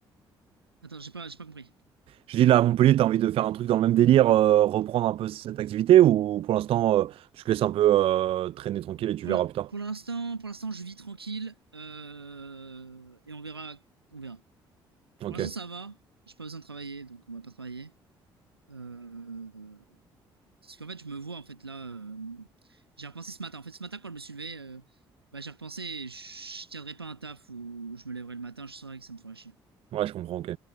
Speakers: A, on the right; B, on the right.
A: Attends, j'ai pas, j'ai pas compris.
B: Je dis, là, à Montpellier, t'as envie de faire un truc dans le même délire, euh, reprendre un peu cette activité ou pour l'instant, euh, tu te laisses un peu euh, traîner tranquille
A: Ouais.
B: et tu
A: Pour
B: verras
A: la-
B: plus tard?
A: pour l'instant, pour l'instant, je vis tranquille euh, et on verra, on verra.
B: Ok.
A: Pour l'instant, ça va. J'ai pas besoin de travailler, donc on va pas travailler. Euh, Parce qu'en fait, je me vois, en fait, là, euh, j'ai repensé ce matin. En fait, ce matin, quand je me suis levé, euh, bah, j'ai repensé, je, je tiendrais pas un taf où je me lèverais le matin, je saurais que ça me ferait chier.
B: Ouais, je comprends, ok.